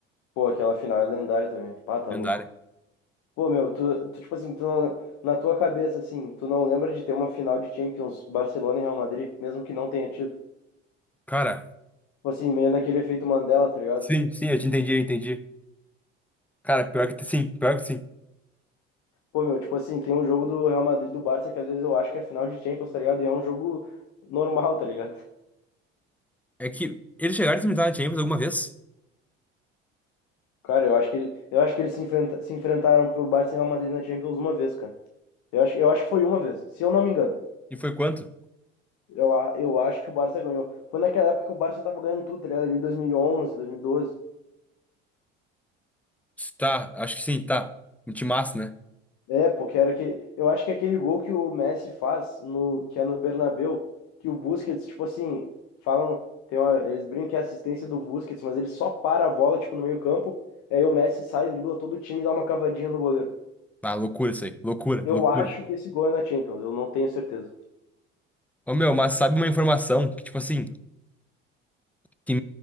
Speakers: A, on the left; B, in the centre.
A: Pô, aquela final é lendária também. Pá, tá
B: Lendária.
A: louco. Pô, meu, tu, tu tipo assim, tu não- na tua cabeça, assim, tu não lembra de ter uma final de Champions Barcelona e Real Madrid, mesmo que não tenha tido.
B: Cara,
A: Tipo assim, meio naquele efeito Mandela, tá ligado?
B: sim, sim, eu te entendi, eu entendi. Cara, pior que sim, pior que sim.
A: Pô, meu, tipo assim, tem um jogo do Real Madrid e do Barça que às vezes eu acho que é final de Champions, tá ligado? E é um jogo normal, tá ligado?
B: É que eles chegaram a enfrentar a Champions alguma vez?
A: Cara, eu acho que ele, eu acho que eles se, enfrenta- se enfrentaram pelo Barça e Real Madrid na Champions uma vez, cara. Eu acho, eu acho que foi uma vez, se eu não me engano.
B: E foi quanto?
A: Eu, a- eu acho que o Barça ganhou. Foi naquela época que o Barça tava ganhando tudo, tá ligado? Ali 2011, 2012.
B: Tá, acho que sim, tá. Um timaço, né?
A: É, porque era aquele, eu acho que é aquele gol que o Messi faz no que é no Bernabéu, que o Busquets, tipo assim, falam, tem uma- eles brincam que é assistência do Busquets, mas ele só para a bola tipo no meio-campo, e aí o Messi sai, dribla todo o time e dá uma cavadinha no goleiro.
B: Ah, loucura isso aí. Loucura, loucura.
A: Eu acho que esse gol é na Champions, eu não tenho certeza.
B: Ô, meu, mas sabe uma informação que, tipo assim, que,